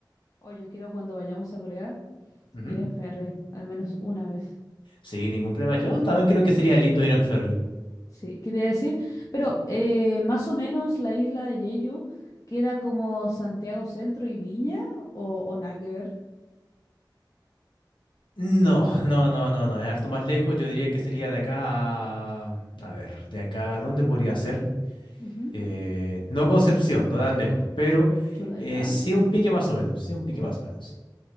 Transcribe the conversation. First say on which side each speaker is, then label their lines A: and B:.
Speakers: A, on the left; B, on the left.
A: oh, yo quiero cuando vayamos a Corea
B: Ujú.
A: ir en ferry, al menos una vez.
B: Sí, ningún problema. Yo también creo que sería lindo ir en ferry.
A: Sí, quería decir. Pero eh, más o menos la isla de Jeju queda como Santiago Centro y Viña o, o nada que ver.
B: No, no, no, no, no, es harto más lejos. Yo diría que sería de acá a... A ver, de acá, ¿dónde podría ser?
A: Ujú,
B: Eh, no Concepción, no tan lejos, pero
A: Chuta
B: eh,
A: ya.
B: sí un pique más o menos, sí un pique más o menos.